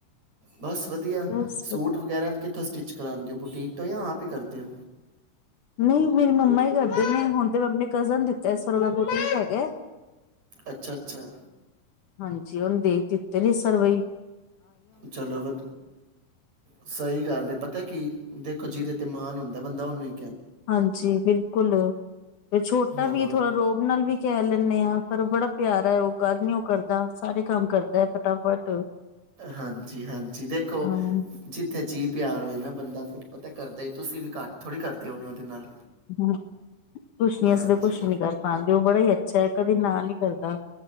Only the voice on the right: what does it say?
ਬਸ ਵਧੀਆ,
ਸੂਟ
ਵਗੈਰਾ ਕਿ ਕਿਥੋਂ ਸਟਿਚ ਕਰਾਂਦੇ ਹੋ? ਬੁਟੀਕ ਤੋਂ ਜਾ ਆਪ ਹੀ ਕਰਦੇ ਹੋ?
ਅੱਛਾ ਅੱਛਾ
ਚਲੋ ਵ ਸਹੀ ਗੱਲ ਹੈ ਪਤਾ ਕੀ ਦੇਖੋ ਜਿਹਦੇ ਤੇ ਮਾਣ ਹੁੰਦਾ ਬੰਦਾ ਹਨੇ
ਹੋਰ
ਹਾਂਜੀ ਹਾਂਜੀ ਦੇਖੋ
ਜਿੱਥੇ ਜੀਅ ਪਿਆਰ ਹੋਏ ਨਾ ਬੰਦਾ ਫਿਰ ਪਤਾ ਕਰਦਾ ਹੀੀ ਤੁਸੀਂ ਵੀ ਘੱਟ ਥੋੜ੍ਹੀ ਕਰਦੇ ਹੋਣੀ ਉਹਦੇ ਨਾਲ
ਹਾਂਜੀ